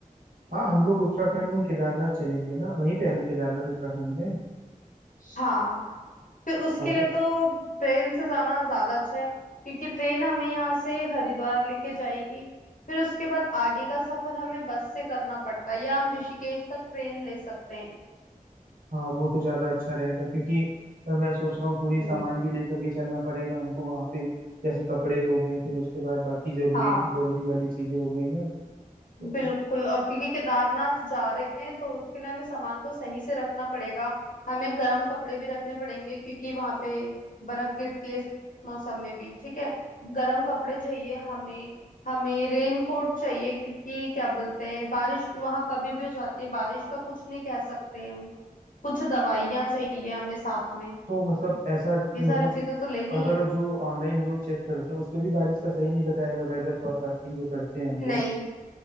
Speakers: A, on the right; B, on the left.
A: हाँ हम लोग उत्तराखंड में केदारनाथ चलेंगे ना वहीं पे है ना केदारनाथ उत्तराखंड में
B: हाँ फिर उसके
A: हाँ
B: लिए
A: तो
B: तो ट्रेन से जाना ज्यादा अच्छा है क्योंकि ट्रेन हमें यहाँ से हरिद्वार लेके जाएगी फिर उसके बाद आगे का सफर हमें बस से करना पड़ता है या हम ऋषिकेश तक ट्रेन ले सकते हैं
A: हाँ वो तो ज्यादा अच्छा रहेगा क्योंकि अ, मैं सोच रहा हूँ थोड़ी सामान
B: हम्म
A: भी लेकर के चलना पड़ेगा हमको वहाँ पे जैसे कपड़े हो गए फिर उसके बाद बाकी जरूरी
B: हाँ
A: जरूरी वाली चीजें हो गई ना तो
B: बिल्कुल और क्योंकि केदारनाथ जा रहे हैं तो उसके लिए हमें सामान तो सही से रखना पड़ेगा हमें गर्म कपड़े भी रखने पड़ेंगे क्योंकि वहां पे बर्फ गिरती है इस मौसम में भी ठीक है गर्म कपड़े चाहिए हमें हमें रेन कोट चाहिए क्योंकि क्या बोलते हैं बारिश वहां कभी भी हो जाती है बारिश का कुछ नहीं कह सकते हम कुछ दवाइयाँ चाहिए हमें साथ में
A: तो मतलब ऐसा
B: ये
A: मतलब
B: सारी चीजें तो लेनी
A: अगर
B: है
A: जो ऑनलाइन हम लोग चेक करते हैं उस पे भी बारिश का सही नहीं बताएगा वेदर फोरकास्टिंग जो करते हैं हम
B: नहीं
A: लोग